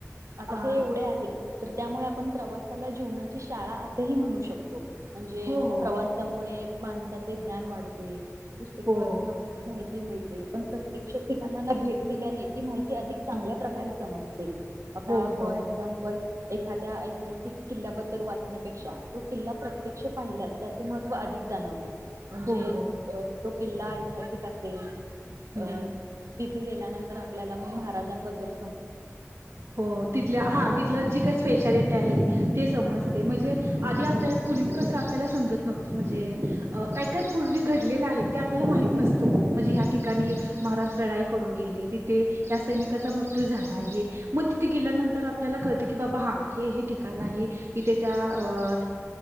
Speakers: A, on the right (about 75°); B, on the right (about 60°).
A: आता
B: हा
A: हे एवढे आहे तर त्यामुळे आपण प्रवासाला जीवनाची शाळा असंही म्हणू शकतो म्हणजे
B: हो हो
A: प्रवासामुळे माणसाचे ज्ञान वाढते पुस्तके
B: हो
A: वाचून आपल्याला माहिती मिळते पण प्रत्यक्ष ठिकाणाना भेट दिल्याने ती माहिती अधिक चांगल्या प्रकारे समजते आता
B: हो हो
A: फॉर एक्झाम्पल एखाद्या ऐतिहासिक किल्ल्याबद्दल वाचण्यापेक्षा तो किल्ला प्रत्यक्ष पाहिल्यास त्याचे महत्व अधिक जाणवते म्हणजे
B: हो हो
A: अ तो किल्ला ऐतिहासिक असेल
B: हम्म
A: अ तिथे गेल्यानंतर आपल्याला मग महाराज त्यानंबद्दल
B: हो तिथल्या हा
A: मिळ
B: तिथलं जी काय स्पेशालिटी आहे ति समजते म्हणजे आधी आपल्याला पूर्वी कसं आपल्याला समजत नव्हत म्हणजे काय काय पूर्वी घडलेलं आहे ते आपल्याला माहित नसतं म्हणजे ह्या ठिकाणी महाराज लढाई करून गेले तिथे या सैनिकाचा मृत्यू मृत्यू झाला आहे मग तिथे गेल्यानंतर आपल्याला कळत की बाबा हा हे हे ठिकाण आहे इथे त्या